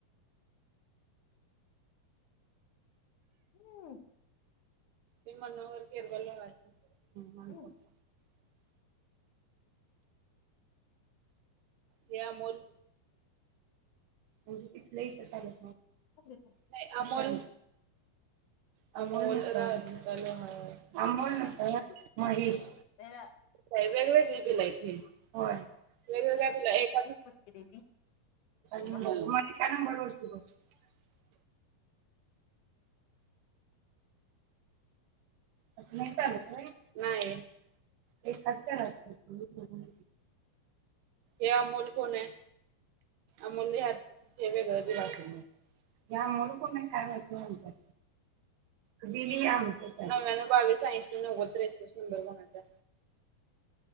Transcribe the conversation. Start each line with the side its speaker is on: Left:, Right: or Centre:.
Left: आम्
Right: ते मनोहर केिरवले वार
Left: हम्म
Right: <inaudible> मी अमोल.... म्हणजे तिथलंही इथे चालेल,...
Left: थांब
Right: नाही अमोल अमोल <unintelligible> अमोल
Left: थांब
Right: सर
Left: थांब बघू
Right: महेश
Left: त्याला
Right: वेगवेगळी बिल येत ही.... होय वेग वेगळे
Left: तुला माहिती
Right: बिल
Left: ना
Right: एका.....
Left: मग मी कशी पटके देती मम्मा
Right: <unintelligible> नाही चालत होय नाही हे कट कर आधी हे अमोल कोण आहे अमोल घे आधी हे वेगळ दे हे अमोल कोण आहे काय माहित नाय नंतर.. बिलही आमचंच आहे नव्यानव बावीस ऐशी नव्वद त्रेसेट नंबर कोणाचाय